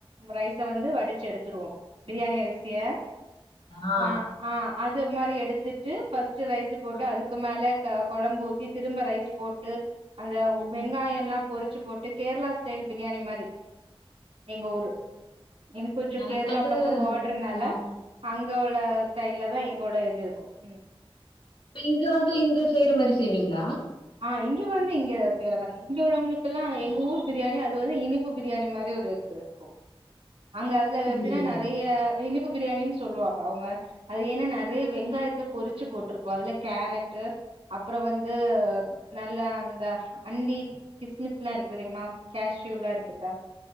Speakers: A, on the right; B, on the left.
A: ரைச வந்து வடிச்சி எடுத்துருவோம் பிரியாணி அரிசிய
B: ஆ
A: நா ஆ அது மாரி எடுத்துட்டு ஃபர்ஸ்ட் ரைஸ் போட்டு
B: ஆ
A: அதுக்கு மேல குழம்பு ஊத்தி திரும்ப ரைஸ் போட்டு அந்த
B: ம்
A: வெங்காயம் எல்லா பொறிச்சு போட்டு கேரளா ஸ்டைல் பிரியாணி மாரி எங்க ஊரு எங்க கொஞ்ஜோ
B: எனக்கு
A: கேரளா
B: வந்து
A: பக்க பாடர்னால
B: ஆ
A: அங்க எங்க ஸ்டைல்ல தான் எங்கோட இது இருக்கும் உம்
B: இப்ப இங்க வந்து இங்க செய்யற மாரி செய்வீங்களா
A: ஆ இங்க வந்து இங்க வேற இங்க உள்ளவங்களுக் இதுக்கெல்லாம் எங்க ஊர் பிரியாணி அது வந்து இனிப்பு பிரியாணி மாரி ஒரு இது இருக்கும் அங்க அதுல எப்படின்னா
B: பிரியாணியா
A: நறைய இனிப்பு பிரியாணின்னு சொல்லுவாங்க அவங்க அது ஏன்னா நெறைய வெங்காயத்த பொறிச்சு போட்டிருப்போம் அதுல கேரட்டு அப்றோம் வந்து நல்லா அந்த அண்டி கிஸ்மிஸ்லா இருக்கு தெரியுமா கேஷூல்லா இருக்குல